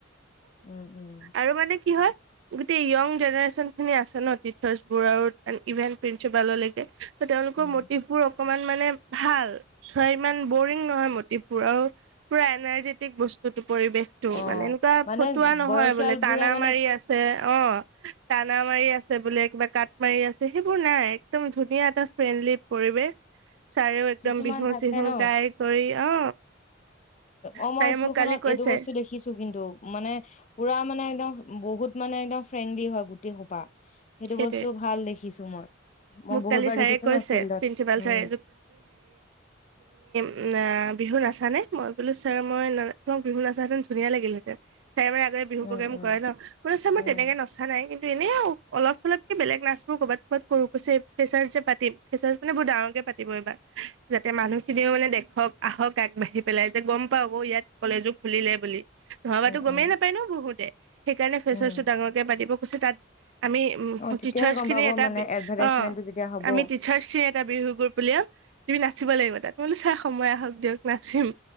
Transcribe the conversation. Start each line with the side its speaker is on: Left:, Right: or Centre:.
Left: উম উম
Right: আৰু মানে কি হয় গোটেই য়ং জেনেৰেচন খিনি আছে ন টিচাৰ্চ বোৰ ইভেন প্ৰিন্ঞ্চিপাললৈকে তেওঁলোকৰ
Left: উম
Right: মটিভবোৰ অকমান মানে ভাল ধৰা ইমান বৰিং নহয় মতিবুৰ আৰু পুৰা এনাৰ্জেটিক বস্তু ইটো পৰিৱেশটো
Left: অ
Right: মানে এনেকুৱা
Left: মানে
Right: ফতুৱা নহয়
Left: বয়সীয়াল
Right: বোলে টানা
Left: বোৰে মানে
Right: মাৰি আছে অ তাানা মাৰি আছে বোলে কিবা কাট মাৰি আছে সেইবোৰ নাই, একদম ধুনীয়া এটা ফ্ৰেণ্ডলি পৰিৱেশ। চাৰেও একদম
Left: কিছুমান
Right: বিহু
Left: থাকে
Right: চিহু
Left: ন
Right: গাই কৰি অ
Left: অ
Right: ছাৰে
Left: মই স্কুলখনত
Right: মোক কালি কৈছে
Left: এইটো বস্তু দেখিছো কিন্তু। মানে, পুৰা মানে একম বহুত মানে একদম ফ্ৰেলি হয় খোপা, সেইটো
Right: সেইটোৱে
Left: বস্তু ভাল দেখিছো মই। মই
Right: মোক
Left: বহুতবাৰ
Right: কালি ছাৰে
Left: দেখিছো
Right: কৈছে
Left: না ফিল্ডত
Right: প্ৰিন্সিপাল
Left: উম।
Right: ছাৰে উম আ বিহু নাচানে? মই বোলো ছাৰ মই ন বিহু নাচাহেঁতেন ধুনীয়া লাগিলহেঁতেন। চাৰে মানে আগতে বিহু
Left: উম
Right: প্ৰগ্ৰেমকৰে
Left: উম
Right: ন? মই চাৰ
Left: উম
Right: তেনেকে নচা নাই কিন্তু এনে অলপ চলপকে বেলেগ ক্লাছবোৰ কবাত কবাত কৰো কৈছে। ফেচাছ্ যে পাতিম, ফেচাছ্ মানে বহু ডাঙৰকে পাতিব এইবাৰ। যাতে মানুহখিনিও মানে দেখক আহক আগবাঢ়ি পেলাই যে গম পাওঁক ইয়াত কলেজো খুলিলে বুলি। নহবাতো
Left: উম
Right: গমে
Left: উম
Right: নাপায় ন বহুতে? সেইকাৰণে ফেচাৰ
Left: উম
Right: টো ডাঙৰকে পাতিব কৈছে তাত আমি উম
Left: অ তেতিয়াহে
Right: টিচাৰ্চ
Left: গম
Right: খিনিৰ
Left: পাব
Right: এটা
Left: মানে
Right: বি
Left: এডভাৰটাইজমেন্টটো
Right: অ
Left: যেতিয়া হব
Right: আমি টিচাৰ্চ খিনিৰ এটা বিহু গ্ৰুপ উলিয়াম, তুমি নাচিব লাগিব। তাত মানে চাৰ সময় আহক দিয়ক, নাচিম।